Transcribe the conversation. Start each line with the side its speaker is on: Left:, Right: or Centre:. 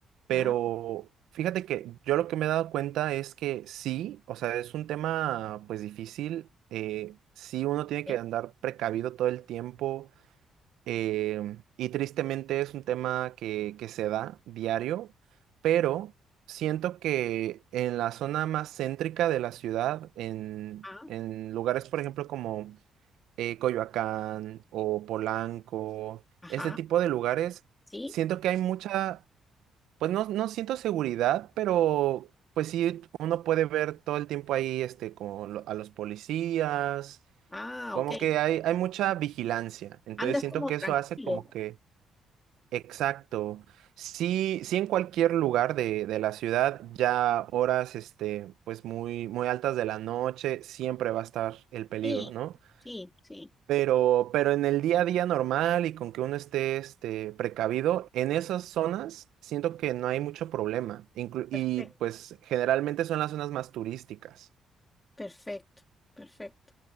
Right: pero
Left: ah,
Right: fíjate que yo lo que me he dado cuenta es que sí, o sea, es un tema pues difícil, eh, sí uno tiene
Left: ok.
Right: que andar precavido todo el tiempo em, y tristemente es un tema que, que se da diario, pero siento que en la zona más céntrica de la ciudad, en,
Left: Ah,
Right: en lugares, por ejemplo, como eh, Coyoacán o Polanco,
Left: ajá,
Right: este tipo de lugares,
Left: sí.
Right: siento que hay mucha, pues no, no siento seguridad, pero pues sí, uno puede ver todo el tiempo ahí este, como lo- a los policías,
Left: Ah,
Right: como
Left: ok.
Right: que hay, hay mucha vigilancia, entonces
Left: Andas
Right: siento
Left: como
Right: que
Left: tranquilo.
Right: eso hace como que, exacto, sí, sí en cualquier lugar de, de la ciudad, ya horas este, pues muy, muy altas de la noche, siempre va a estar el peligro,
Left: Sí,
Right: ¿no?
Left: sí, sí.
Right: Pero, pero en el día a día normal y con que uno esté este, precavido, en esas zonas siento que no hay mucho problema. Inclu-
Left: Perfecto.
Right: y pues generalmente son las zonas más turísticas.
Left: Perfecto, perfecto.